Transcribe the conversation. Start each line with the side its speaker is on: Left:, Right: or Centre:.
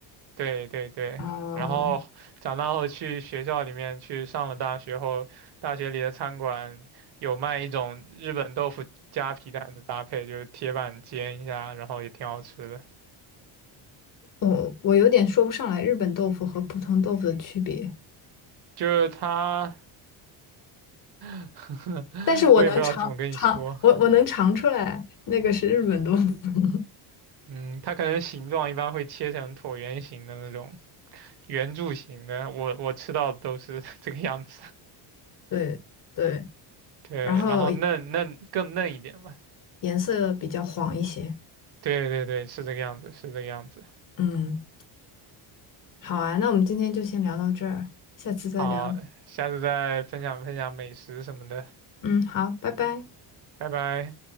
Right: 对对对，
Left: 啊、
Right: 然后长大后去学校里面去上了大学后，大学里的餐馆有卖一种日本豆腐加皮蛋的搭配，就是铁板煎一下，然后也挺好吃的。
Left: 我我有点说不上来日本豆腐和普通豆腐的区别，
Right: 就是它，<laughs>
Left: 但是我能尝尝，
Right: 我也不知道怎么跟你说，
Left: 我我能尝出来那个是日本豆腐。<laughs>
Right: 嗯，它可能形状一般会切成椭圆形的那种圆柱形的，我我吃到的都是 <laughs> 这个样子。
Left: 对对，
Right: 对，
Left: 然后
Right: 然后嫩嫩更嫩一点吧。
Left: 颜色比较黄一些。
Right: 对对对，是这个样子，是这个样子。
Left: 嗯，好啊，那我们今天就先聊到这儿，下次再聊。
Right: 好，下次再分享分享美食什么的，
Left: 嗯，好，拜拜。
Right: 拜拜。